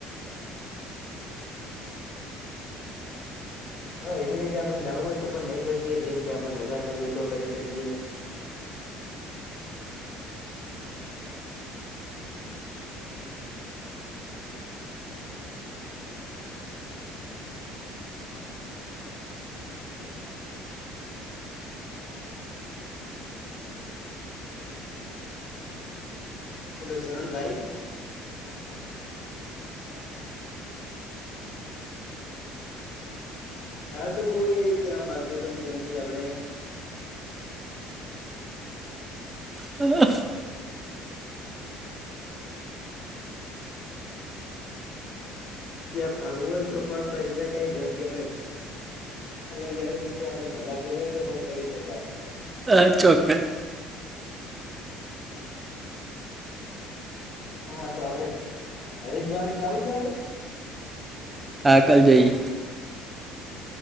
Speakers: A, on the left (about 50°); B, on the right (about 25°).
A: હા એવી રીતે આપડણે નવું હોય તો પણ નહી શકીએ જેમ કે આપડે મજા કરવી હોય તો કરી શકીએ હમ હેલોલો શરણ ભાઈ, હા તો હું એ કેવા મામાંગતો હતો જેમ કે આપણે
B: હમ,
A: ત્યાં ફરવું હોય તો, પણ ફરી શકાય જેમ કે, અલગ અલગ અલગ રીતે આપડે મજા કરી હોને તો પણ કરી શકાય
B: હ ચોકસ
A: હા તો આપડે હરિદ્વારે જવું છે. આપડે
B: આકલ જઈએ.